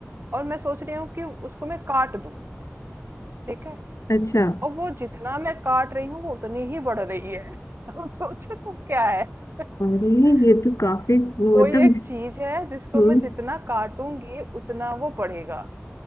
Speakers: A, on the right; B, on the left.
A: और मैं सोच रही हूँ कि उसको मैं काट दूं ठीक है
B: अच्छा
A: और वो जितना मैं काट रही हूँ वो उतनी ही बढ़ रही है <laughs> अब सोचो तुम क्या है
B: अरे
A: <laughs>
B: ये तो काफी मतलब
A: कोई एक चीज है जिसको
B: हम्म
A: मैं जितना काटूंगी उतना वो बढ़ेगा